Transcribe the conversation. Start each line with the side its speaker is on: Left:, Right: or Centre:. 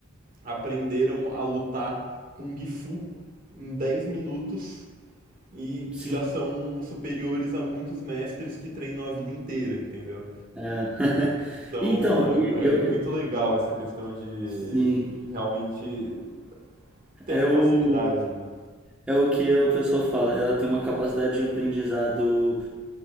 Right: aprenderam a lutar com Gifu em 10 minutos e
Centre: sim.
Right: já são superiores a muitos mestres que treinam a vida inteira, entendeu?
Centre: É. <laughs>
Right: Então
Centre: Então, e
Right: é,
Centre: eu,
Right: é muito
Centre: eu-
Right: legal essa questão de
Centre: sim,
Right: realmente ter
Centre: é
Right: essa
Centre: o,
Right: facilidade, né?
Centre: é o que o pessoal fala. Ela tem uma capacidade de aprendizado